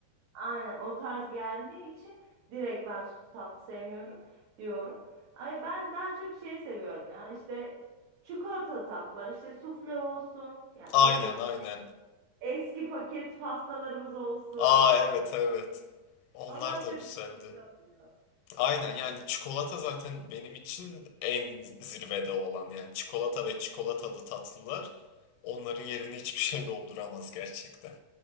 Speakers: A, on the right (about 70°); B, on the left (about 80°).
A: Aynen o tarz geldiği için direkt ben sütlü tatlı sevmiyorum diyorum. Ay ben daha çok şey seviyorum ya işte çikolatalı tatlılar işte sufle olsun yani
B: Aynen
A: ne bileyim işte
B: aynen.
A: eski paket pastalarımız olsun.
B: Aa evet evet. Onlar
A: Onlar
B: da
A: çok
B: güzeldi.
A: lezzetli oluyor.
B: Aynen yani çikolata zaten benim için en zirvede olan yani çikolata ve çikolatalı tatlılar onların yerini hiçbir şey dolduramaz gerçekten.